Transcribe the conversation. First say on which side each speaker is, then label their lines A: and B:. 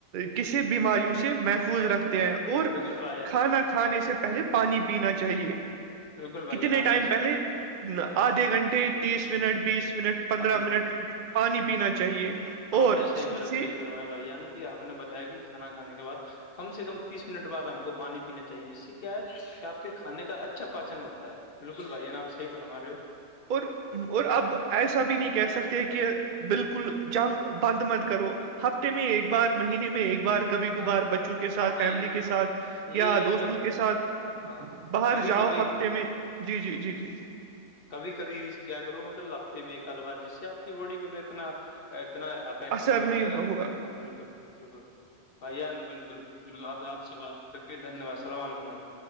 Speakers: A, on the right; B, on the left.
A: کسی بیماریوں سے محفظ محفوظ رکھتے ہیں اور
B: بالکل بھائی جان
A: کھانا کھانے سے پہلے پانی پینا چاہیے
B: بالکل بھائی
A: کتنے
B: جان آپ نے
A: ٹائم
B: صحیح،
A: پہلے آدھے گھنٹے تیس منٹ بیس منٹ پندرہ
B: ہاں بالکل
A: منٹ پہلے پانی پینا چاہیے
B: آپ
A: اور
B: نے صحیح
A: سب
B: پر صحیح
A: سے
B: بھائی جان کہ آپ نے بتایا کہ کھانا کھانے کے بعد کم سے کم تیس منٹ بعد آپ کو پانی پینا چاہیے جیس کیا ہے کہ آپ کے کھانے کا اچھا پاچن ہوتا ہے بالکل بھائی جان آپ صحیح فرما رہے ہو
A: اور اور اب ایسا بھی نہیں کہہ سکتے کہ بالکل جنک بند مت کرو ہفتے میں ایک بار مہینے میں ایک بار کبھی کبھار
B: ہاں
A: بچوں کے ساتھ فیملی
B: ہاں
A: کے ساتھ
B: یہی
A: یا
B: ہے
A: دوستوں کے ساتھ
B: ہاں
A: باہر
B: کبھی
A: جاؤ
B: کبھی
A: ہفتے میں جی جی جی جی
B: کبھی کبھی یوز کیا کرو مطلب ہفتے میں ایک آد بار جس سے آپ کی باڈی کو تو اتنا اتنا افیکٹ
A: اثر
B: نہ
A: نہیں
B: پڑے
A: ہوگا
B: بالکل بالکل بھائیان بالکل بالکل آپ آپ سے بات کر کے دھنیہ واد السلام علیکم بھائییا